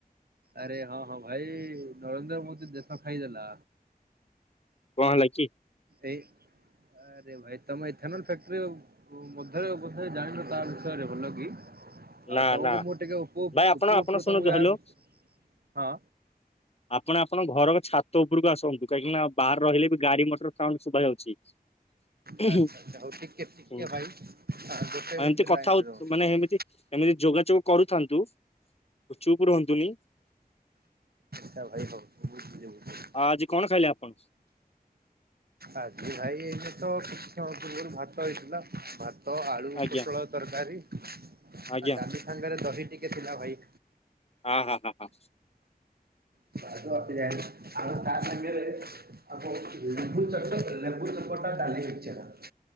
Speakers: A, on the right; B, on the left.
A: ଆରେ ହଁ ହଁ ଭାଇ ନରେନ୍ଦ୍ର ମୋଦି ଦେଶ ଖାଇଦେଲା।
B: କଣ ହେଲା କି?
A: ଏଇ ଆରେ ଭାଇ ତମେ ଇଥନୋଲ ଫ୍ୟାକ୍ଟ୍ରି ମଧ୍ୟରେ ବୋଧେ ଜାଣିଲ ତା ବିଷୟରେ ଭଲ କି। ଆଉ
B: ନା
A: ତମକୁ
B: ନା
A: ମୁଁ ଟିକେ ଉପରୁ
B: ଭାଇ ଆପଣ
A: ଉପରୁ
B: ଆପଣ ଶୁଣନ୍ତୁ
A: ତମକୁ ୟା
B: ହ୍ୟାଲୋ
A: ହଁ
B: ଆପଣ ଆପଣଙ୍କ ଘରର ଛାତ ଉପରକୁ ଆସନ୍ତୁ କାହିଁକି ନା ବାହାରେ ରହିଲେ ବି ଗାଡି ମଟର ସାଉଣ୍ଡ ଶୁଭାଯାଉଛି। <inaudible> ହୁଁ
A: ଆଚ୍ଛା ଆଚ୍ଛା ହଉ ଟିକେ ଟିକେ
B: ହୁଁ
A: ଭାଇ ଗୋଟେ
B: ଏମିତି
A: ମିନିଟ୍
B: କଥା
A: ଲାଇନରେ
B: ହଉ
A: ରହୁଛି
B: ମାନେ
A: ଠିକ୍
B: ଏମିତି ଏମିତି ଯୋଗାଯୋଗ କରୁଥାନ୍ତୁ ଚୁପ ରୁହନ୍ତୁନି।
A: ସୋ ଭାଇ ଭ ବହୁତ
B: ଆ ଆଜି କଣ ଖାଇଲେ ଆପଣ?
A: ଆଜି ଭାଇ ଏଇନେ ତ କିଛି ସମୟ ପୂର୍ବରୁ ଭାତ ହେଇଥିଲା ଭାତ ଆଳୁ
B: ଆଜ୍ଞା
A: ପୋଟଳ ତରକାରୀ
B: ଆଜ୍ଞା
A: ଆଉ ଡାଲି ସାଙ୍ଗରେ ଦହି ଟିକେ ଥିଲା ଭାଇ।
B: ହଁ ହଁ ହଁ ହଁ।
A: <unintelligible> ଆଉଁ ତା ସାଙ୍ଗ ରେ ଆଉଁ କଁ ଲେମ୍ବୁ ଚଟ ଲେମ୍ବୁ ଚକଟା ଡାଲି ମିକ୍ସଚର।